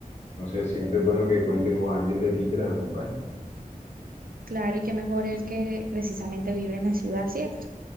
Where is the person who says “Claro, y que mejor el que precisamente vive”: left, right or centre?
Right